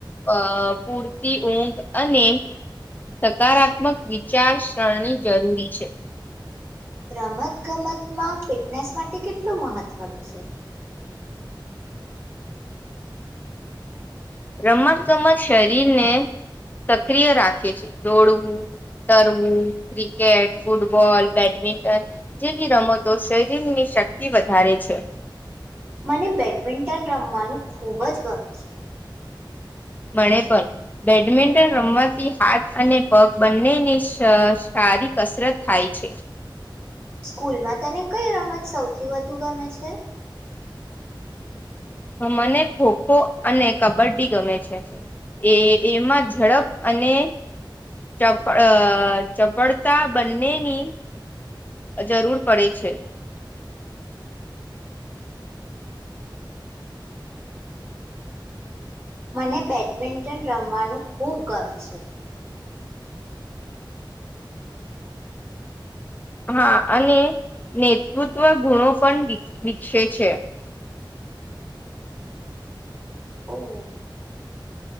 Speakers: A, on the left; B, on the right.
A: અ પૂરતી ઊંઘ અને સકારાત્મક વિચારસરણી જરૂરી છે.
B: રમત ગમતમાં ફિટનેસ માટે કેટલું મહત્ત્વનું છે.
A: રમતોમાં શરીરને સક્રિય રાખે છે દોડવું તરવું ક્રિકેટ ફૂટબોલ બેડમિન્ટન જેવી રમતો શરીરની શક્તિ વધારે છે.
B: મને બેડમિન્ટન રમવાનું ખૂબ જ ગમે છે.
A: બણે પણ બેડમિન્ટન રમવાથી હાથ અને પગ બંનેની સારી કસરત થાય છે.
B: સ્કૂલમાં તને કઈ રમત સૌથી વધુ ગમે છે.
A: મને ખોખો અને કબડ્ડી ગમે છે એ એમાં ઝડપ અને ચપ ચપળતા બંનેની જરૂર પડે છે.
B: મને બેડમિન્ટન રમવાનું ખૂબ ગમે છે.
A: હા અને નેતૃત્વ ગુણો પણ વિક વિકસે છે.
B: ઓ